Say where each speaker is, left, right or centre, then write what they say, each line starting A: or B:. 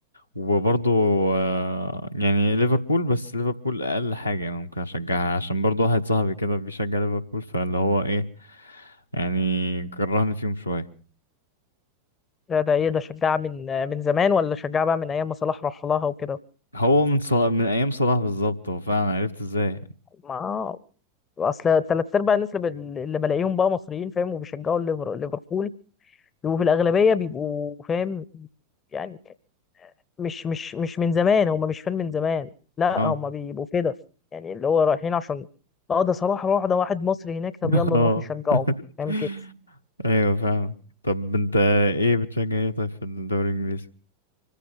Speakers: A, on the left (about 80°); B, on the left (about 25°).
A: وبرضه آه، يعني ليفربول بس ليفربول اقل حاجه يعني ممكن اشجعها عشان برضه واحد صاحبي كده بيشجع ليفربول فاللي هو ايه يعني كرهني فيهم شويه
B: ده ده ايه ده شجع من آه، من زمان ولا شجع بقى من ايام ما صلاح راح لها وكده
A: هو من صلاح من ايام صلاح بالظبط هو فعلا عرفت ازاي
B: ما اصل تلات ارباع الناس اللي ب- اللي بلاقيهم بقى مصريين فاهم وبيشجعوا الليفر- ليفربول وفي الأغلبية بيبقوا فاهم يعني مش مش مش من زمان هم مش فان من زمان لا
A: اه
B: هم بيبقوا كده يعني اللي هو رايحين عشان اه ده صلاح راح ده واحد مصري هناك طب
A: <laughs>
B: يلا
A: اه
B: نروح نشجعه فاهم
A: <laughs>
B: كده
A: ايوه فاهم طب انت ايه بتشجع ايه طيب في الدوري الانجليزي